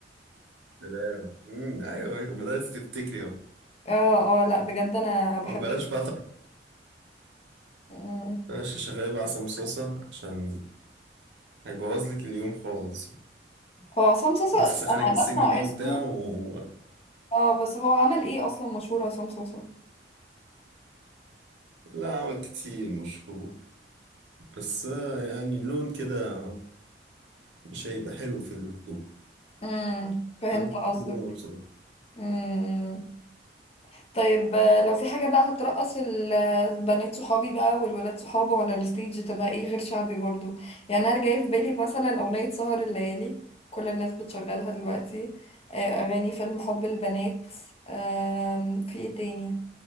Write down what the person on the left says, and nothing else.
اه اه لا بجد انا بحب
مم.
هو عصام صوصة
انا
بسمع
اسمه
اه بس هو عمل ايه اصلا مشهور عصام صوصة
امم فهمت
قصدك
امم طيب آه، لو في حاجة بقى هترقص البنات صحابي بقى والولاد صحابه ولا الستيج تبقى ايه غير شعبي برضو يعني انا جاي في بالي مثلا اغنية سهر الليالي كل الناس بتشغلها دلوقتي آه، اغاني فيلم حب البنات آم، في ايه تاني